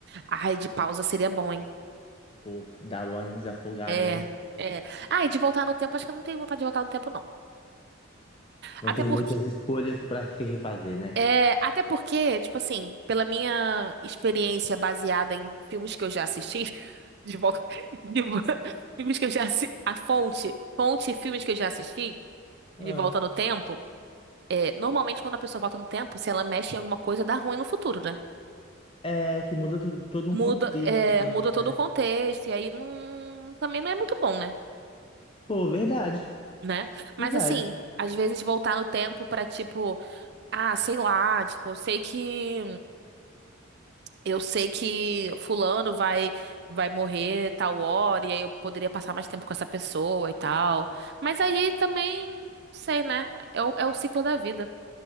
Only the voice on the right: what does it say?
Ai, de pausa seria bom, hein?
É,
é. Ai, de voltar no tempo, acho que eu não tenho vontade de voltar no tempo, não.
Até
porque.
É, até porque, tipo assim, pela minha experiência baseada em filmes que eu já assisti, <laughs> de volta. de vo- <laughs> filmes que eu já assisti. A fonte, fonte e filmes que eu já assisti,
de volta no tempo. É, normalmente, quando a pessoa volta no tempo, se ela mexe em alguma coisa, dá ruim no futuro, né?
Muda,
é,
muda todo
o contexto, e aí não, também não é muito bom, né?
Né? Mas
assim, às vezes voltar no tempo pra tipo, ah, sei lá, tipo, eu sei que eu sei que fulano vai vai morrer tal hora, e aí eu poderia passar mais tempo com essa pessoa e tal. Mas aí também, sei, né? É o, é o ciclo da vida.